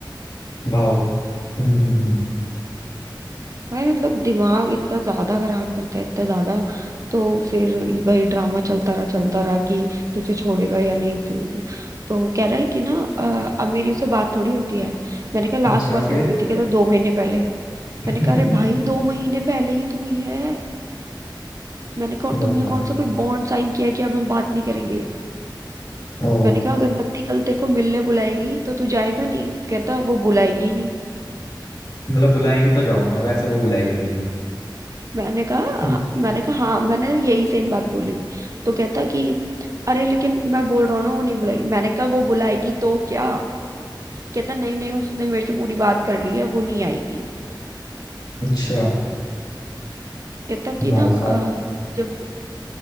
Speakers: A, on the left; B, on the right.
A: भाव हम्म हम्म हम्म
B: भाई मतलब दिमाग इतना ज्यादा खराब करता है इतना ज्यादा तो फिर वही ड्रामा चलता रहा चलता रहा कि तुझे छोड़ेगा या नहीं तू तो कह रहा है कि ना अ, अब मेरी उससे बात थोड़ी होती है मैंने कहा लास्ट
A: अच्छा
B: बात
A: फिर
B: कब हुई थी कह रहा दो महीने पहले
A: <laughs>
B: मैंने कहा अरे भाई दो महीने पहले ही तो हुई है मैंने कहा और तुमने
A: बताए
B: कौन सा कोई बॉन्ड साइन किया है कि अब हम बात नहीं करेंगे
A: ओ
B: मैंने कहा अगर बत्ती कल तेरे को मिलने बुलाएगी तो तू जाएगा नहीं कहता वो बुलाएगी ही नहीं
A: मतलब बुलाएगी तो जाऊंगा वैसे वो बुलाएगी ही नहीं
B: मैंने कहा
A: <laughs>
B: "हाँ," मैंने कहा हाँ मैंने यही सेम बात बोली तो कहता कि अरे लेकिन मैं बोल रहा हूँ ना वो नहीं बुलाएगी मैंने कहा वो बुलाएगी तो क्या कहता नहीं नहीं उसने मेरे से पूरी बात कर ली है वो नहीं आएगी
A: अच्छा
B: कहता कि
A: भाई
B: ना
A: साहब
B: अ, जब वो